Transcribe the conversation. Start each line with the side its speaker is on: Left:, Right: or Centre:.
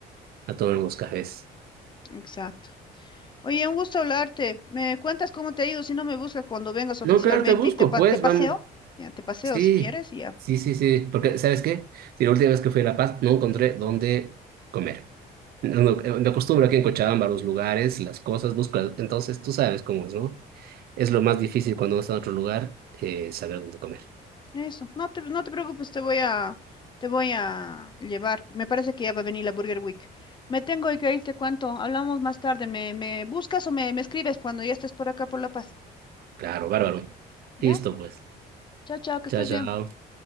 Right: a tomar unos cafés.
Left: Exacto. Oye, un gusto hablarte. ¿Me cuentas cómo te ha ido? Si no me buscas cuando vengas oficialmente
Right: No, claro, te busco,
Left: y te, pa-
Right: pues
Left: te paseo.
Right: vamos,
Left: Ya, te paseo
Right: sí,
Left: si quieres y ya.
Right: sí, sí, sí, porque ¿sabes qué? Si la última vez que fui a La Paz no encontré dónde comer. No, no, eh, Me acostumbro aquí en Cochabamba a los lugares, las cosas, busco, entonces tú sabes cómo es, ¿no? Es lo más difícil cuando uno está en otro lugar, eh, saber dónde comer.
Left: Eso, no te, no te preocupes, te voy a, te voy a llevar. Me parece que ya va a venir la Burger Week. Me tengo que ir, te cuento. Hablamos más tarde. ¿Me, me buscas o me, me escribes cuando ya estés por acá por La Paz?
Right: Claro, bárbaro.
Left: ¿Ya?
Right: Listo, pues.
Left: Chao, chao, que
Right: Chao,
Left: estés
Right: chao.
Left: bien.